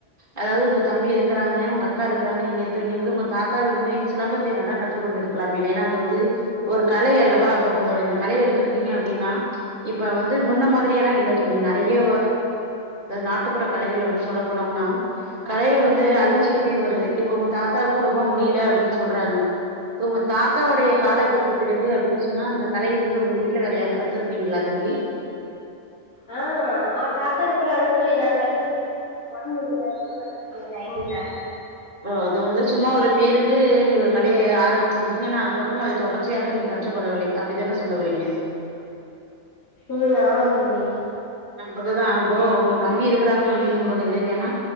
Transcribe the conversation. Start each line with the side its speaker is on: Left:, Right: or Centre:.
Right: அதாவது உங்க தம்பி இருக்கிறாங்க உங்க அக்கா இருக்கிறாங்க நீங்க இருக்கிறீங்க போது உங்க தாத்தா விடுமே சிலம்பத்தை நல்லா கற்றுக்கொண்டுருக்கலாமே இ ஏன்னா அது வந்து ஒரு கலை அல்லவா இப்ப இந்த கலையை எடுத்துக்கிட்டீங்க அப்படின்னா இப்ப வந்து முன்ன மாதிரிய எல்லாம் இல்ல தோழி நிறையா நாட்டுப்புற கலைகள் அப்படின்னு சொல்ல போனோம்னா கலைகள் வந்து வந்து அழிஞ்சுக்கிட்டே
Left: ம்
Right: வருது இப்ப உங்க தாத்தாவுக்கு ரொம்ப முடியல அப்படின்னு சொல்றாங்க உங்க தாத்தாவுடைய
Left: ஆ
Right: காலத்திற் க்கு பிறகு அப்படின்னு சொன்னா இந்தந்த கலைய வந்து உங்க வீட்ல வேற யாரும் கத்துருக்கீங்களா தோழி
Left: ஆ ஆ தாத்தாகப்புறம் அததான் தோழி நாங்க கத்து உடம்ப முடியல அதுக்கப்புறம் கத் அக்கு டைம் இல்ல
Right: ஆ அது வந்து சும்மா ஒரு பேருக்கு நீ ஒரு கலையை ஆரம்பிச்சிருக்கீங்க ஆன்னா அதுக்கப்புறம் அதை தொடர்ச்சியாக நீங்க கற்றுக்கொள்ளவில்லை அப்படித்தானே சொல்ல வறீங்க
Left: ம் ஆமா தோழி
Right: அதுதான் அப்போ உங்க தம்பி இருக்கிறாங்க அப்படிங்க பொழுது ஏன்னா